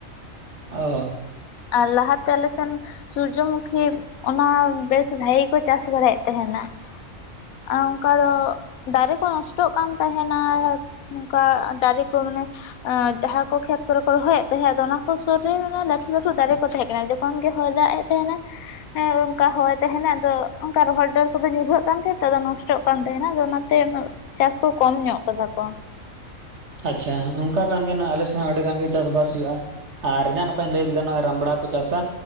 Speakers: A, on the right; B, on the left.
A: ᱚᱻ
B: ᱟᱨ ᱞᱟᱦᱟ ᱛᱮ ᱟᱞᱮ ᱥᱮᱱ ᱥᱩᱨᱡᱚᱢᱩᱠᱷᱤ ᱚᱱᱟ ᱵᱮᱥ ᱵᱷᱟᱜᱮ ᱠᱚ ᱪᱟᱥ ᱵᱟᱲᱟᱭᱮᱫ ᱛᱟᱦᱮᱱᱟ᱾ ᱟᱻ ᱚᱱᱠᱟ ᱫᱚ ᱫᱟᱨᱮ ᱠᱚ ᱱᱚᱥᱴᱚᱜ ᱠᱟᱱ ᱛᱟᱦᱮᱱᱟ᱾ ᱱᱚᱝᱠᱟ ᱫᱟᱨᱮ ᱠᱚ ᱢᱟᱱᱮ ᱟᱻ ᱡᱟᱦᱟ ᱠᱚ ᱠᱷᱮᱛ ᱠᱚᱨᱮ ᱠᱚ ᱨᱚᱦᱚᱭ ᱮᱫ ᱛᱟᱦᱮᱸᱫ ᱚᱱᱟ ᱠᱚ ᱥᱩᱨ ᱨᱮ ᱞᱟᱹᱴᱩ ᱫᱟᱨᱮ ᱠᱚ ᱛᱟᱦᱮᱸ ᱠᱟᱱᱟ ᱡᱚᱠᱷᱚᱱ ᱜᱮ ᱦᱚᱭ ᱫᱟᱜ ᱮᱫ ᱛᱟᱦᱮᱸᱱᱟ ᱦᱮ ᱚᱱᱠᱟ ᱦᱚᱭ ᱛᱟᱦᱮᱱᱟᱭ ᱟᱫᱚ ᱚᱱᱠᱟ ᱨᱚᱦᱚᱲ ᱰᱟᱹᱨ ᱠᱚᱫᱚ ᱧᱩᱨᱦᱟᱹᱜ ᱠᱟᱱ ᱛᱟᱦᱮᱸᱫ ᱛᱚ ᱟᱫᱚ ᱱᱚᱥᱴᱚᱜ ᱠᱟᱱ ᱛᱟᱦᱮᱱᱟ ᱟᱫᱚ ᱚᱱᱟᱛᱮ ᱩᱱᱟᱹᱜ ᱪᱟᱥ ᱠᱚ ᱠᱚᱢ ᱧᱚᱜ ᱠᱟᱫᱟ ᱠᱚ᱾
A: ᱟᱪᱪᱷᱟ ᱚᱱᱠᱟ ᱠᱟᱱ ᱜᱮᱭᱟ ᱱᱚᱜᱚᱭ ᱟᱞᱮᱥᱮᱫ ᱦᱚᱸ ᱟᱹᱰᱤ ᱜᱟᱱ ᱜᱮ ᱪᱟᱥᱵᱟᱥ ᱦᱩᱭᱩᱜᱼᱟ᱾ ᱟᱨ ᱮᱱᱟᱝ ᱱᱚᱠᱟᱧ ᱞᱟᱹᱭ ᱠᱮᱫᱟ ᱱᱚᱜ ᱚᱭ ᱨᱟᱢᱵᱲᱟ ᱠᱚ ᱪᱟᱥᱟ᱾